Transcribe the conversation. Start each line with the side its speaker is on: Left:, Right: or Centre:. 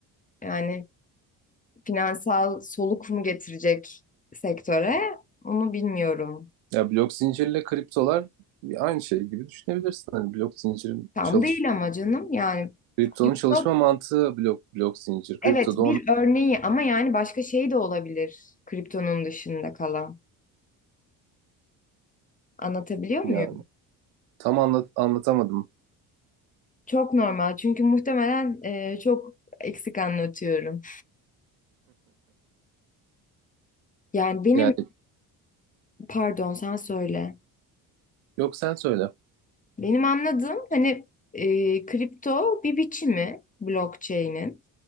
Left: yani finansal soluk mu getirecek sektöre onu bilmiyorum.
Right: Ya blok zincirle kriptolar aynı şey gibi düşünebilirsin. Hani blok zincirin
Left: Tam
Right: çalış
Left: değil ama canım yani
Right: kriptonun
Left: kripto
Right: çalışma mantığı blok blok zincir. Kripto
Left: Evet
Right: da
Left: bir
Right: onu
Left: örneği ama yani başka şey de olabilir kriptonun dışında kalan. Anlatabiliyor
Right: yani
Left: muyum?
Right: tam anlat anlatamadım.
Left: Çok normal çünkü muhtemelen e, çok eksik anlatıyorum. Yani benim
Right: Yani
Left: pardon sen söyle.
Right: yok sen söyle.
Left: Benim anladığım hani e, kripto bir biçimi blockchain'in.